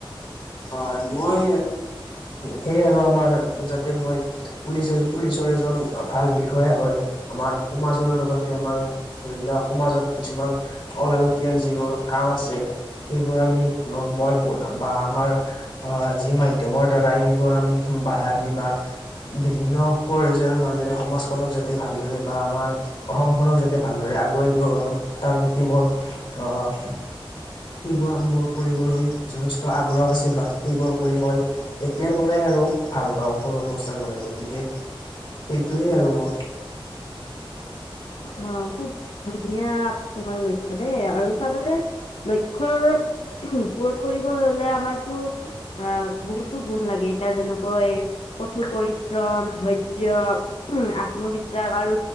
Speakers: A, on the left (about 65°); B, on the left (about 85°).
A: হয়, মই। সেয়ে আৰু আমাৰ যাতে মই পুলিচ এ, পুলিচৰ এজন। ভাল বিষয়া হয় আমাৰ সমাজৰ লগতে আমাৰ। ধৰি লোৱা সমাজত কিছুমান অলাগতিয়াল যিবোৰ কাম আছে। সেইবোৰ আমি মই বা আমাৰ অ, যি মাধ্য়ম উাধ্মৰ দ্বাৰাই সেইবোৰ আমি বাধা দি বা। বিভিন্ন পৰ্যয়ৰ মাজেৰে সমাজখনক যাতে ভালদৰে বা আমাৰ। অসমখনক যাতে ভালদৰে আগুৱাই নিব পাৰো তাৰ প্ৰতি মোৰ আহ। সেইবোৰ মোৰ কৰিবলৈ যথেষ্ট আগ্ৰহ আছে। বা সেইবোৰ কৰি মই এতিয়াৰ পৰাই আৰু ভাল পাওঁ সৰু অৱস্থাৰ পৰাই গতিকে। এইটোৱেই আৰু মোৰ।
B: অ, খুব ধুনীয়া তোমাৰ লক্ষ্য দেই আৰু চাব যে। লক্ষ্য পূৰণ কৰিব হ'লে আমাৰতো। অ, বহুতো গুণ লাগে এতিয়া যেনেকৈ। কঠোৰ পৰিশ্ৰম ধৈৰ্য্য, আত্মবিশ্বাস আৰু।